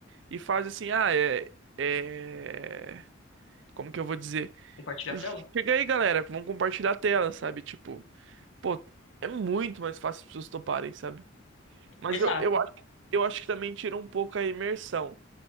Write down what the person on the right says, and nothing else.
e faz assim, ah, é. É. Como que eu vou dizer?
Chega aí, galera, vamos compartilhar a tela, sabe? Tipo, pô, é muito mais fácil as pessoas toparem, sabe? Mas
eu, eu acho, eu acho que também tira um pouco a imersão.